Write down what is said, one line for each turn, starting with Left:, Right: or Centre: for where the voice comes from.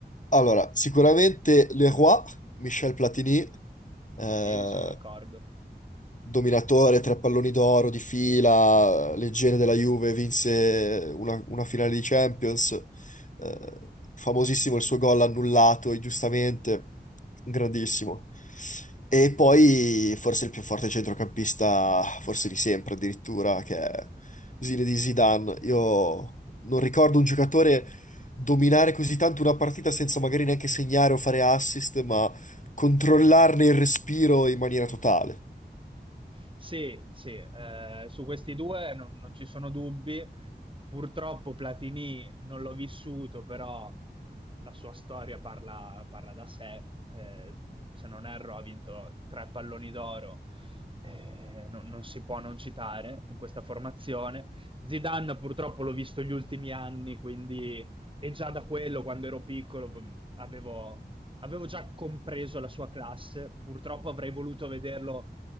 Left: Allora, sicuramente Leroy, Michel Platini, eh,
Right: Sì, sono d'accordo.
Left: dominatore, tre palloni d'oro di fila, leggenda della Juve, vinse una, una finale di Champions, eh, famosissimo il suo gol annullato, e giustamente, grandissimo. E poi forse il più forte centrocampista, forse di sempre addirittura, che è di Zidane. Io non ricordo un giocatore dominare così tanto una partita senza magari neanche segnare o fare assist, ma controllarne il respiro in maniera totale.
Right: Sì, sì, eh, su questi due non, non ci sono dubbi. Purtroppo Platini non l'ho vissuto, però la sua storia parla, parla da sé. Eh, se non erro, ha vinto tre palloni d'oro. Eh, non, non si può non citare in questa formazione. Zidane purtroppo l'ho visto gli ultimi anni, quindi e già da quello, quando ero piccolo, p- avevo, avevo già compreso la sua classe. Purtroppo avrei voluto vederlo